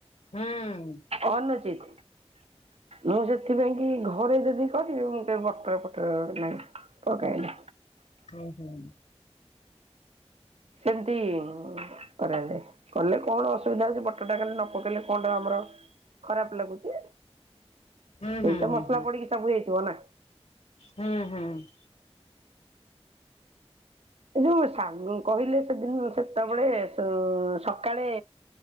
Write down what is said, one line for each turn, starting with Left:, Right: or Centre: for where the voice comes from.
Left: ହୁଁ ହୁଁ
Right: ଅନୁଚିତ। ମୁଁ ସେଥିପାଇଁ କି ଘରେ ଯଦି କରିବି, ମୁଁ କେବେ ବଟର ଫଟର ନାଇଁ ପକାଏନି।
Left: ହୁଁ ହୁଁ ହୁଁ।
Right: ସେନ୍ତି ମୁଁ କରେନେଇ। କଲେ କଣ ଅସୁବିଧା ହଉଛି, ବଟରଟା କଲେ ନ ପକେଇଲେ କଣଟା ଆମର ଖରାପ ଲାଗୁଚି?
Left: ହୁଁ
Right: ସେଇ
Left: ହୁଁ
Right: ତ ମସଲା
Left: ହୁଁ।
Right: ପଡିକି ସବୁ ହେଇଥିବ ନା।
Left: ହୁଁ ହୁଁ।
Right: ଏ ଯୋଉ ଶାଗ କହିଲେ ସେଦିନ ସେତେବେଳେ ଉମ୍ ସକାଳେ